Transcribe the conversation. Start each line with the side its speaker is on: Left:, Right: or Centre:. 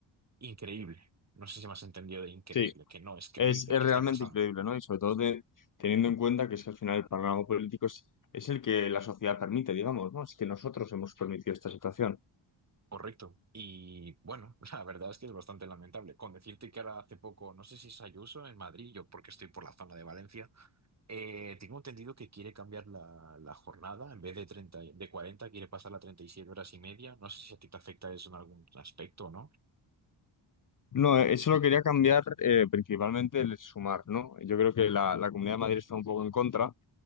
Right: increíble. No sé si me has entendido de increíble,
Left: sí.
Right: que no es creíble
Left: Es, es
Right: que
Left: realmente
Right: esté pasando.
Left: increíble, ¿no? Y sobre todo de- teniendo en cuenta que es que al final el panorama político es, es el que la sociedad permite, digamos, ¿no? Es que nosotros hemos permitido esta situación.
Right: Correcto. Y bueno, <laughs> la verdad es que es bastante lamentable. Con decirte que ahora hace poco, no sé si es Ayuso en Madrid, yo porque estoy por la zona de Valencia. Eh, tengo entendido que quiere cambiar la, la jornada, en vez de 30, y- de 40, quiere pasar a 37 horas y media. No sé si a ti te afecta eso en algún aspecto, ¿no?
Left: No, eh, eso lo quería cambiar eh, principalmente el sumar, ¿no? Yo creo que la, la Comunidad de Madrid está un poco en contra